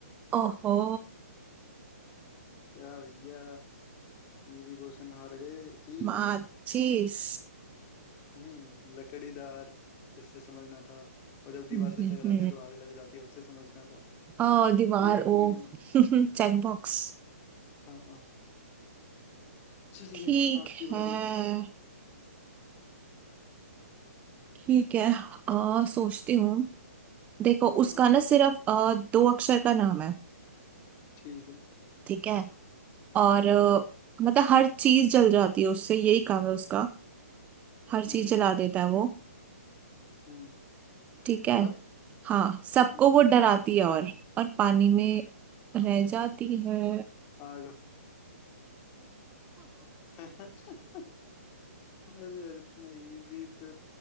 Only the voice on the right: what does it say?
ओहो
माचिस
हम्म,
ओ दीवार
ओ
<laughs> Check box
ठीक
है
ठीक है आ, सोचती हूँ देखो उसका
ना सिर्फ अ, दो अक्षर का नाम है
ठीक है और
अ, मतलब हर चीज जल जाती है उससे यही काम है उसका हर चीज
जला देता है वो
ठीक है
हाँ सबको
वो डराती है और और पानी में रह जाती है